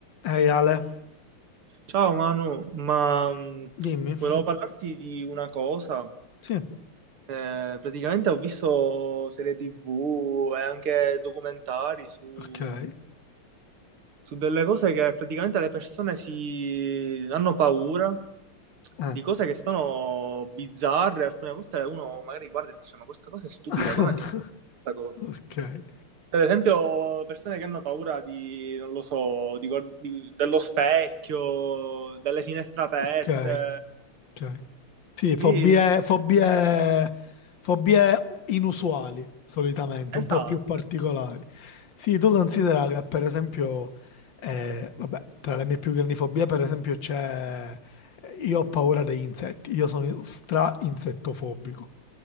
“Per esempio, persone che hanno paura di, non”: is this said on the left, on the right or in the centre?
Right